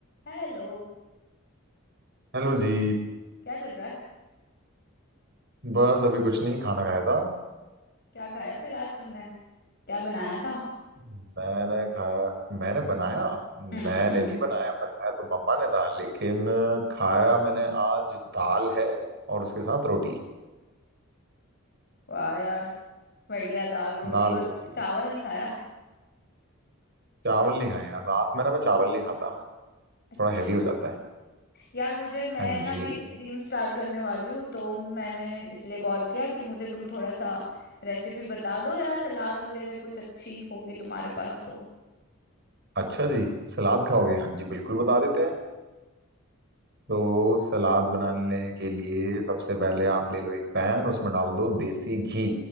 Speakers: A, on the left (about 50°); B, on the right (about 55°).
A: Hello
B: Hello जी
A: क्या चल रहा है
B: बस अभी कुछ नहीं खाना खाया था
A: क्या खाया फिर आज तुमने क्या बनाया था
B: हम्म। मैंने खाया मैंने बनाया
A: हम्म
B: मैंने नहीं बनाया बनाया तो मम्मा ने था लेकिन खाया मैंने आज दाल है और उसके साथ रोटी
A: वाह यार बढ़िया दाल रोटी
B: दाल
A: और
B: रोटी
A: चावल नहीं खाया
B: चावल नहीं खाया यार रात में ना मैं चावल नहीं खाता
A: अच्छा
B: थोड़ा हैवी हो जाता है
A: यार मुझे मैं
B: हाँ
A: ना
B: जी
A: अभी जिम स्टार्ट करने वाली हूँ तो मैंने इसलिए कॉल किया कि मुझे तुम थोड़ा सा रेसिपी बता दो यार सलाद वगैरह कुछ अच्छी होगी तुम्हारे पास तो
B: अच्छा जी सलाद खाओगे हाँ जी बिल्कुल बता देते हैं तो सलाद बनाने के लिए सबसे पहले आप ले लो एक पैन उसमें डाल दो देसी घी